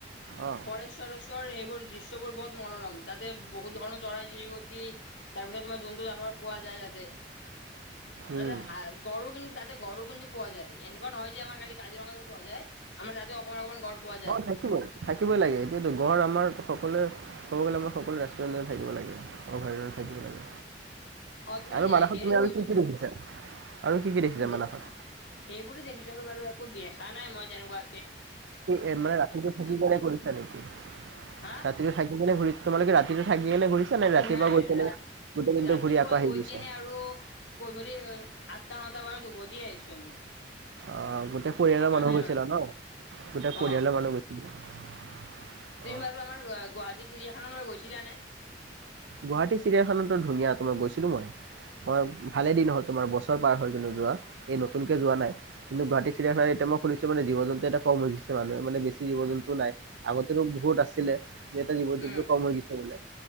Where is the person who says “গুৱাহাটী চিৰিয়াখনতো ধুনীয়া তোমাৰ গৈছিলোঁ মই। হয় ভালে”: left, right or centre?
Right